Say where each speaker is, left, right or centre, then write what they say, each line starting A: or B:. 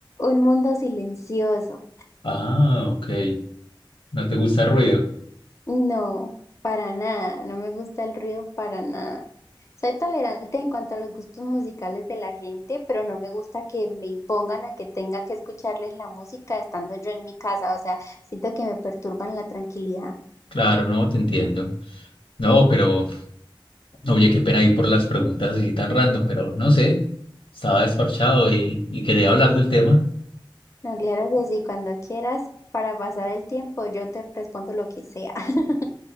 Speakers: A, on the left; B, on the left.
A: Un mundo silencioso.
B: Ah, ok. No te gusta el ruido.
A: No, para nada. No me gusta el ruido para nada. Soy tolerante en cuanto a los gustos musicales de la gente, pero no me gusta que me impongan a que tenga que escucharles la música estando yo en mi casa. O sea, siento que me perturban la tranquilidad.
B: Claro, no, te entiendo. No, pero, no, oye, qué pena ir por las preguntas así tan random, pero no sé. Estaba desparchado y, y quería hablar del tema.
A: No, claro que sí, cuando quieras, para pasar el tiempo, yo te respondo lo que sea. <laughs>